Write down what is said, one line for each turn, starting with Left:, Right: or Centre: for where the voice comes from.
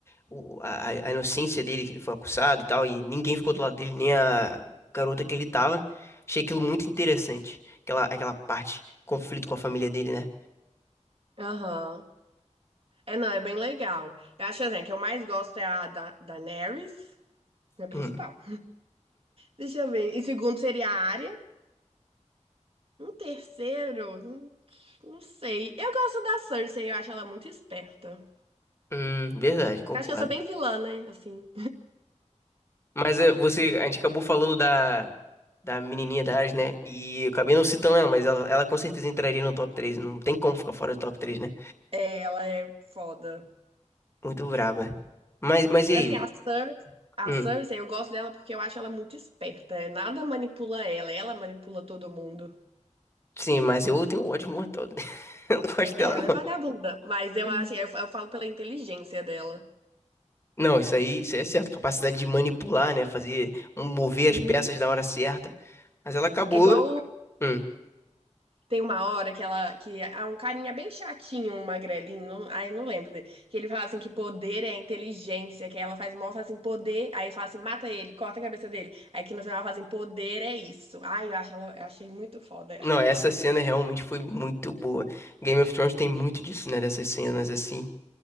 Left: o- a, a inocência dele, que ele foi acusado e tal, e ninguém ficou do lado dele, nem a garota que ele tava. Achei aquilo muito interessante. Aquela, aquela parte, conflito com a família dele, né?
Right: Aham. É, não, é bem legal. Eu acho assim, a que eu mais gosto é a da Daenerys, minha principal.
Left: Hum,
Right: Deixa eu ver. E segundo seria a área. Um terceiro, hum, não sei. Eu gosto da Cersei, eu acho ela muito esperta.
Left: hum, verdade, concordo.
Right: Eu acho que eu sou bem vilã, né? Assim.
Left: Mas é, você, a gente acabou falando da, da menininha da Ares, né? E eu acabei não citando ela, mas ela, ela com certeza entraria no top três Não tem como ficar fora do top três né?
Right: É, ela é foda.
Left: Muito braba. Mas, mas e
Right: Assim,
Left: aí?
Right: a Cer- a
Left: Hum,
Right: Cersei, eu gosto dela porque eu acho ela muito esperta. É, Nada manipula ela, ela manipula todo mundo.
Left: sim, mas eu tenho um ódio mortal. <laughs> Eu não gosto dela,
Right: É, Ela é vagabunda, mas eu
Left: não.
Right: acho, eu, eu falo pela inteligência dela.
Left: Não, isso aí, isso aí é certo. A capacidade de manipular, né? Fazer, mover
Right: Sim.
Left: as peças na hora certa. Mas ela acabou.
Right: É igual
Left: hum.
Right: Tem uma hora que ela, que há um carinha bem chatinho, um magrelinho, não- ai, não lembro dele, que ele fala assim que poder é inteligência, que aí ela faz mal, fala assim, poder, aí fala assim, mata ele, corta a cabeça dele. Aí que no final ela fala assim, poder é isso. Ai, eu acho ela, eu achei muito foda. ela.
Left: Não, essa cena realmente foi muito boa. Game of Thrones tem muito disso, né? Dessas cenas assim,